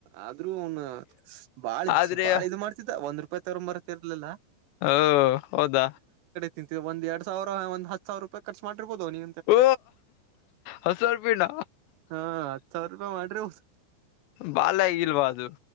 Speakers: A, on the right; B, on the left.
A: ಆದ್ರೂ ಅವನ್ ಬಾಳ್
B: ಆದ್ರೆ
A: ಬಾಳ ಇದ್ ಮಾಡ್ತಿದ್ದ ಒಂದ್ ರೂಪಾಯಿ ತಗ ಬರತಿ ಇರ್ಲಿಲ್ಲಾ
B: ಹ ಹೌದಾ
A: ತಿಂತ ಒಂದ ಎರಡ್ ಸಾವರ ಒಂದ ಹ ಸಾವಿರ ರೂಾಯ ಖರ್ಚ ಮಾಡಿರ್ಬೋದು ನೀ
B: ಓ ಹಸರ್ಪಿನ
A: ಹಾ ಹತ್ ಸಾವಿರ ರೂಪಾಯಿ ಮಾಡಿರ್ಬೋದು
B: ಬಾಲ್ ಆಗಿಲ್ವಾ ಅದು